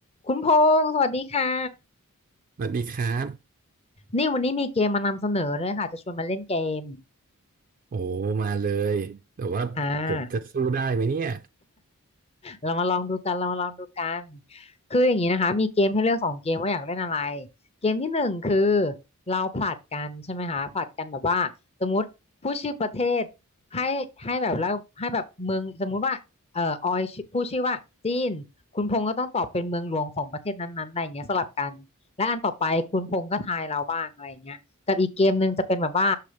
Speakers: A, on the left (about 25°); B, on the right (about 40°).
A: คุณพงษ์สวัสดีค่ะ
B: สวัสดีครับ
A: นี่วันนี้มีเกมมานำเสนอด้วยค่ะจะชวนมาเล่นเกม
B: โอ้มาเลยแต่ว่าผมจะสู้ได้ไหมเนี่ย
A: อ่า เรามาลองดูกันเรามาลองดูกัน คืออย่างนี้นะคะ มีเกมให้เลือกสองเกมว่าอยากเล่นอะไรเกมที่หนึ่งคือเราผลัดกันใช่ไหมคะผลัดกันแบบว่าสมมติผู้ชื่อประเทศให้ให้แบบแล้วให้แบบเมืองสมมุติว่าเอ่อออยชื่อผู้ชื่อว่าจีนคุณพงษ์ก็ต้องตอบเป็นเมืองหลวงของประเทศนั้นๆอะไรอย่างเงี้ยสลับกันและอันต่อไปคุณพงษ์ก็ทายเราบ้างอะไรอย่างเงี้ยกับอีกเกมหนึ่งจะเป็นแบบว่า